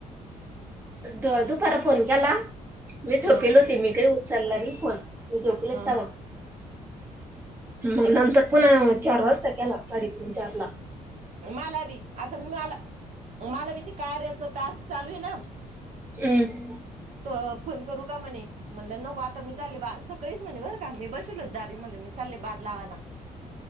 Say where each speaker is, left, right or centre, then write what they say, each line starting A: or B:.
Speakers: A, on the right; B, on the right.
A: द दुपार फोन केला, मी झोपेल
B: हा
A: होती मी काही उचलला नाही फोन. झोपले
B: हा
A: तवा. मग नंतर पुन्हा चार वाजता केला, साडेतीन चार ला.
B: मलां बी आंता मलां मलां बी ते कार्याच टांस्क चालूं आहे नां
A: हम्मं
B: तं फोन करूं कां म्हंणे म्हणलं नको आंता मी चालले सगळीचं म्हणे बरं कां मी बसेलो दारी म्हणलं मी चालले बांद लावांला